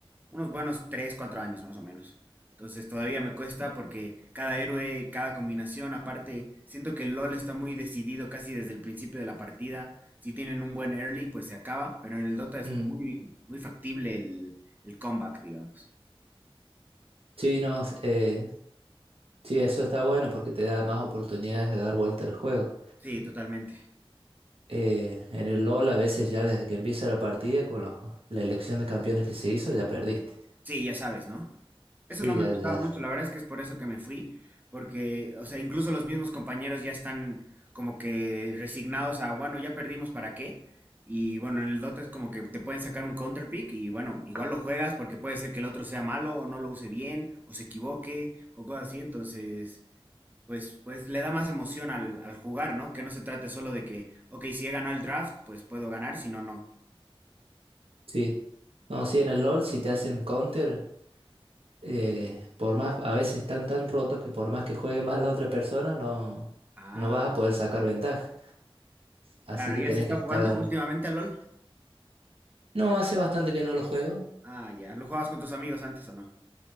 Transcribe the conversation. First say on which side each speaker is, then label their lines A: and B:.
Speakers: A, on the right; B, on the right.
A: unos buenos 3 4 años más o menos. Entonces todavía me cuesta porque cada héroe, cada combinación, aparte, siento que el LOL está muy decidido casi desde el principio de la partida. Si tienen un buen early, pues se acaba, pero en el Dota es
B: Mm.
A: muy, muy factible el, el comeback, digamos.
B: Sí, no, eh, Sí, eso está bueno porque te da más oportunidades de dar vuelta al juego.
A: Sí, totalmente.
B: Eh, en el LOL a veces ya desde que empieza la partida con los- la elección de campeones que se hizo ya perdiste.
A: Sí, ya sabes, ¿no? Eso
B: Sí,
A: no
B: ya,
A: me gustaba
B: ya.
A: mucho, la verdad es que es por eso que me fui, porque, o sea, incluso los mismos compañeros ya están como que resignados a, bueno, ya perdimos, ¿para qué? Y bueno, en el Dota es como que te pueden sacar un counter pick y bueno, igual lo juegas porque puede ser que el otro sea malo o no lo use bien o se equivoque o cosas así, entonces pues, pues le da más emoción al, al jugar, ¿no? Que no se trate solo de que, ok, si he ganado el draft, pues puedo ganar, si no, no.
B: Sí. No, sí, en el LOL si te hacen counter, eh, por más, a veces están tan rotos que por más que juegue <laughs> mal la otra persona, no,
A: Ah,
B: no vas a poder sacar ventaja. Así
A: claro,
B: que
A: ¿ya
B: tenés
A: se está
B: que estar...
A: jugando últimamente al LOL?
B: No, hace bastante que no lo juego.
A: Ah, ya, ¿lo jugabas con tus amigos antes o no?